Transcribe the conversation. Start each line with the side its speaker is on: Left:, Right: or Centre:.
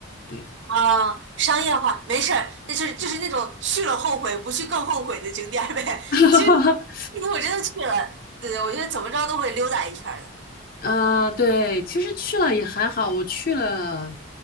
Left: 对，
Right: 啊，商业化没事儿，那就是就是那种去了后悔，不去更后悔的景点儿呗。<laughs>
Left: <laughs>
Right: 其实如果真的去了，对对，我觉得怎么着都会溜达一圈儿的。
Left: 啊，对，其实去了也还好，我去了